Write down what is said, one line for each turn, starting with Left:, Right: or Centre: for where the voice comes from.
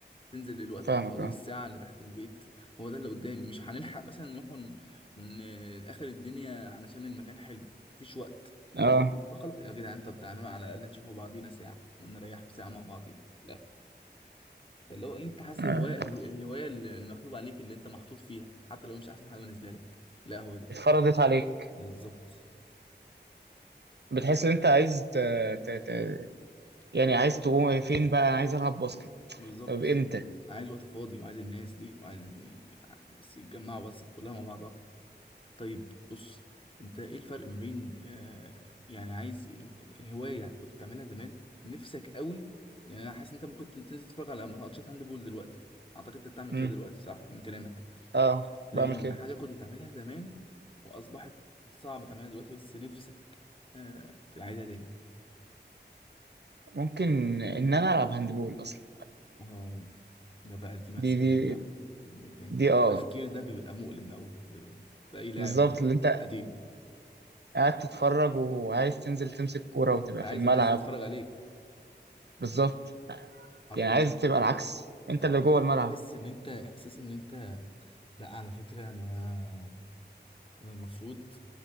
Left: تنزل الوقت
Right: فاهمك
Left: اللي فاضيه
Right: اه
Left: الساعة اللي تحت البيت هو ده اللي قدامي مش هنلحق مثلا نروح ن- ن- آخر الدنيا علشان المكان حلو مفيش وقت
Right: اه
Left: فخلاص يا جدعان طب تعالوا على الأقل نشوفوا بعضينا ساعة ونريحوا ساعة مع بعضينا لا فاللي هو أنت حاسس
Right: آه.
Left: الهواية ال- الهواية اللي المكتوب عليك اللي أنت محطوط فيها حتى لو مش أحسن حاجة بالنسبة لك لا هو دي
Right: اتفرضت عليك
Left: بالظبط
Right: بتحس ان انت عايز ت... ت... ت... يعني عايز تقوم فين بقى انا عايز العب باسكت
Left: بالظبط
Right: طب امتى
Left: عايز وقت فاضي وعايز الناس دي وعايز يعني، بس يتجمعوا بس كلها مع بعضها طيب بص انت ايه الفرق ما بين آه يعني عايز ال- الهواية كنت بتعملها زمان نفسك قوي يعني انا حاسس ان انت ممكن تنزل تتفرج على ماتشات هاندبول دلوقتي اعتقد انت بتعمل
Right: امم
Left: كده دلوقتي صح من كلامك
Right: اه
Left: لكن
Right: بعمل كده
Left: حاجة كنت بتعملها زمان واصبحت صعب تعملها دلوقتي بس نفسك آه تعيدها تاني
Right: ممكن ان انا العب هاندبول اصلا
Left: اه ده بقى دي مأساة
Right: دي دي
Left: دي بقى دي دي انت
Right: دي
Left: التفكير
Right: اه
Left: ده بيبقى مؤلم قوي في في اي لاعب
Right: بالظبط
Left: آه،
Right: اللي انت
Left: قديم
Right: قاعد تتفرج وعايز تنزل تمسك كورة وتبقى
Left: انت عايز
Right: في الملعب
Left: الناس دي تتفرج عليك
Right: بالظبط
Left: هفضل
Right: يعني عايز تبقى العكس انت
Left: اه
Right: اللي جوه الملعب
Left: تحس ان انت احساس ان انت لا على فكره انا انا المفروض